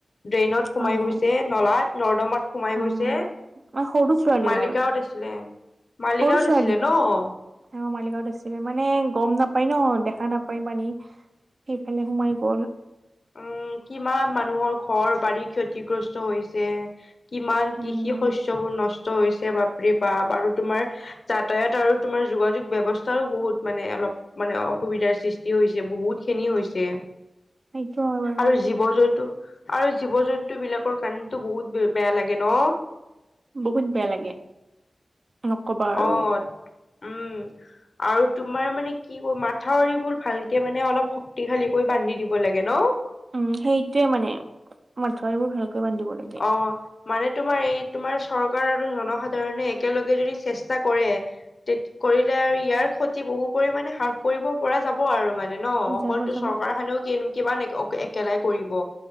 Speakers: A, on the left (about 65°); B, on the right (about 55°).
A: ড্ৰেইনত সোমাই
B: হয়
A: গৈছে
B: হয়
A: নলাত, নৰ্দমাত সোমাই
B: অ
A: গৈছে।
B: মই সৰু ছোৱালী
A: মালিগাঁৱত
B: হয়
A: আছিলে, মালিগাঁৱত
B: সৰু ছোৱালী
A: আছিলে ন'!
B: হয়। তেওঁ মালিগাঁৱত মানে, গম নাপায় ন'। দেখ দেখা নাপায় মানে, সেইফালে সোমাই গ'ল।
A: উম কিমান মানুহৰ ঘৰ বাৰী ক্ষতিগ্ৰস্ত হৈছে। কিমান
B: উম
A: কৃষি শস্যবোৰ নষ্ট হৈছে বাপৰে বাপ আৰু তোমাৰ যাতায়াত আৰু তোমাৰ যোগাযোগ ব্যৱস্থা বহুত মানে অলপ মানে অসুবিধাৰ সৃষ্টি হৈছে বহুত খিনি হৈছে
B: সেইটো হয় বাৰু
A: আৰু জীৱ জন্তু আৰু জীৱ জন্তু বিলাকৰ কাৰণেটো বহুত ব বেয়া লাগে ন
B: বহুত বেয়া লাগে নকবা আৰু
A: অ উম আৰু তোমাৰ মানে কি ক মাথাউৰিবোৰ ভালকে মানে অলপ শক্তিশালী কৰি বান্ধি দিব লাগে ন
B: উম সেইটোয়ে মানে মথৰিবোৰ ভাল কে বান্ধিব লাগে
A: অ মানে তোমাৰ এই তোমাৰ চৰকাৰ আৰু জনসাধাৰণে একেলগে যদি চেষ্টা কৰে কৰিলে আৰু ইয়াৰ ক্ষতি বহু পৰিমানে হ্ৰাস কৰিব পৰা যাব আৰু মানে ন অকলটো
B: যাব যাব
A: চৰকাৰ খানেও কি কিমান অক একেলাই কৰিব